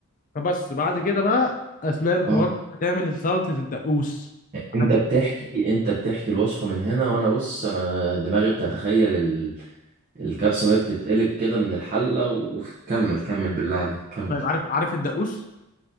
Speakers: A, on the left (about 35°); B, on the right (about 35°).
A: فبس بعد كده بقى اثناء الحوار
B: اه
A: ده هتعمل سلطه الدقوس
B: انت
A: عارف
B: بتحكي انت بتحكي الوصفه من هنا وانا بص انا دماغي بتتخيل ال... الكبسه وهي بتتقلب كده من الحله وكمل <laughs> كمل بالله عليك كمل
A: طيب عارف عارف الدقوس